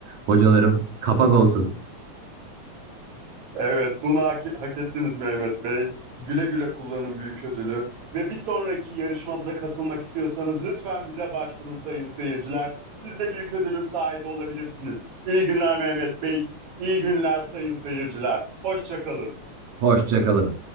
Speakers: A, on the right (about 65°); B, on the right (about 45°).
A: Hocalarım kapak olsun.
B: Evet, bunu hak, hak ettiniz Mehmet Bey. Güle güle kullanın büyük ödülü. Ve bir sonraki yarışmamıza katılmak istiyorsanız lütfen bize başvurun sayın seyirciler. Siz de büyük ödülün sahibi olabilirsiniz. İyi günler Mehmet Bey. İyi günler sayın seyirciler. Hoşçakalın.
A: Hoşça kalın.